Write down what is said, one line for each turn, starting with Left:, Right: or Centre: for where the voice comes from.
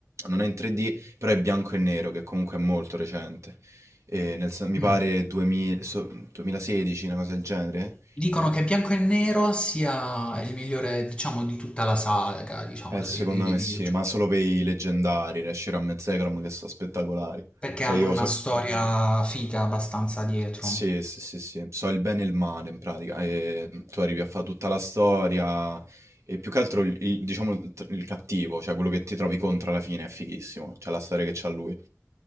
Right: non è in 3D, però è bianco e nero, che comunque è molto recente. E nel sen- mi
Left: Mm.
Right: pare 2000 so- 2016, una cosa del genere.
Left: Dicono che Bianco e Nero sia il migliore, diciamo, di tutta la saga, diciamo,
Right: Eh,
Left: dei,
Right: secondo
Left: dei- dei
Right: me
Left: videogiochi,
Right: sì, ma solo per i leggendari, Reshiram e Zekrom, che sono spettacolari.
Left: perché
Right: Cioè
Left: hanno
Right: io
Left: una
Right: so...
Left: storia figa abbastanza dietro.
Right: Sì, sì, sì, sì. So il bene e il male in pratica, ehm, tu arrivi a fa' tutta la storia e più che altro il il diciamo il t il cattivo, cioè quello che ti trovi contro alla fine è fighissimo, cioè la storia che c'ha lui.